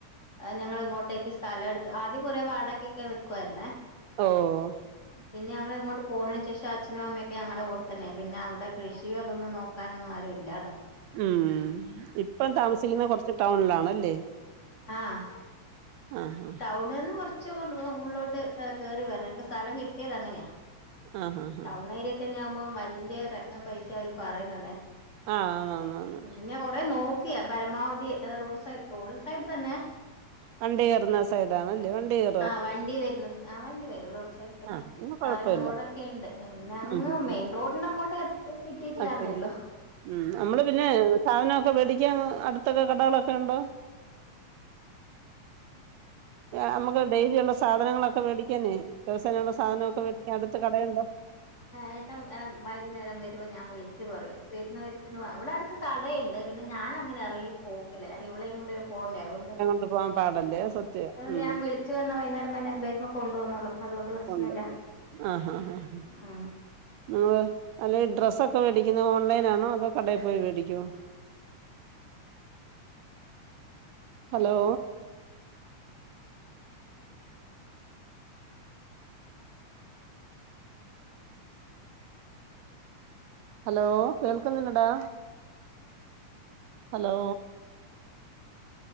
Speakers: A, on the left (about 40°); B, on the right (about 85°).
A: ഞങ്ങൾ ഇങ്ങോട്ടേക്ക് സ്ഥല എടുത്തു ആദ്യം കുറെ വാടകക്കൊക്കെ നൽക്കുവായിരുന്നേ
B: ഓഹ്
A: പിന്നെ ഞങ്ങള് ഇങ്ങോട്ട് പോതിനന് ശേഷം അച്ചനും അമ്മൊക്കെ ഞങ്ങളടെ കൂടെ തന്നെ പിന്നെ അവടെ കൃഷിയോ അതൊന്ന് നോക്ക ക്കാനൊന്നും ആരു ഇല്ലാതായി
B: ഉം ഇപ്പം താമസിക്കുന്ന കോറച്ച് ടൗണിലാണല്ലേ
A: ആഹ്
B: ആഹ ആഹ്
A: ടൗണിന്ന് കോറച് ഉള്ളോട്ട്കേറി വരണം ഞങ്ങക്ക് സ്ഥലം കിട്ടിയത് അങ്ങനെയാ
B: ആഹ് ആഹ് ആഹ് ആഹ്
A: ടൗൺ ഏരിയ തന്നെ ആകുമ്പോം വല്യ പൈസ അവര് പറയിന്നത്
B: ആഹ് ആന്ന് ആന്ന് ആന്ന്
A: പിന്നെ കൊറെ നോക്കിയ പരമാവധി റോഡ് സൈഡ് റോഡ് സൈഡ് തന്നെ
B: വ ണ്ടി കേറ്ന്ന സൈഡാണല്ലേ വണ്ടി കേർ
A: ആ വണ്ടി വരുന്ന ആ വണ്ടി വരും റോഡ്സൈ സൈഡിതന്നെ
B: ആഹ് എന്നാ
A: ട്ടാറിങ്
B: കൊഴപ്പല്ല
A: റോഡൊക്കെ ഇണ്ട് പിന്നെ അങ്ങ്
B: ഉം ഉം
A: മെയിൻ റോഡിന്റെ അങ്ങോട്ട്എത് കിട്ടിയിട്ടില്ലാ
B: കുഴപ്പല്ല
A: എന്നെഉള്ളു
B: ഉം നമ്മള് പിന്നെ സാധനമൊക്കെ മേടിക്കാൻ അടുത്തൊക്കെ കടകളൊക്കെ ഉണ്ടോ നമുക്ക് ഡെയിലി ഉള്ള സാധനങ്ങളൊക്കെ വേടിക്കാന് ദിവസേനുള്ള സാധനൊക്കെ വേടിക്കാൻ അടുത്ത് കടയുണ്ടോ
A: ഏട്ടം വൈകുന്നേരം വരുമ്പോ ഞാൻ വിളിച്ചു പറയും <unintelligible> അവിടെ അടുത്ത് കടയുണ്ട് പിന്നെ ഞാന് അങ്ങനെ ഇറങ്ങി പോക്കില്ല ഞാൻ ഇവളേയും കൊണ്ട് പോണ്ടേ അതുകൊണ്ട്
B: ആ പോവാൻ പാടല്ലേ
A: അതുകൊണ്ട്
B: സത്യ ഉം
A: ഞാൻ വിളിച്ചു പറഞ്ഞ വൈകുന്നേരം വൈകുന്നേരം വരുമ്പോ കൊണ്ടുവന്നോളൂ അതുകൊണ്ട് പ്രശ്നമില്ല
B: ഉണ്ടല്ലേ ആഹഹഹഹ്
A: ഉം
B: നിങ്ങള് അല്ലെ ഡ്രസ്സൊക്കെ മേടിക്കുന്നത് ഓൺലൈനാണോ അതോ കടയിൽ പോയി മേടിക്കോ ഹലോ ഹലോ കേൾക്കുന്നുണ്ടടാ ഹലോ